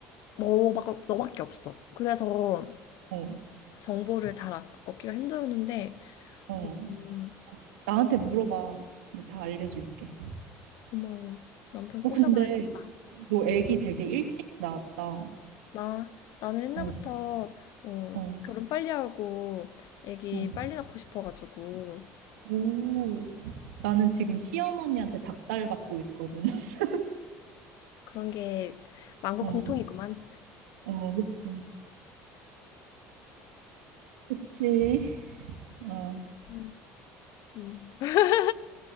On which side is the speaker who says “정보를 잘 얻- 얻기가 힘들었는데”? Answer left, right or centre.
Left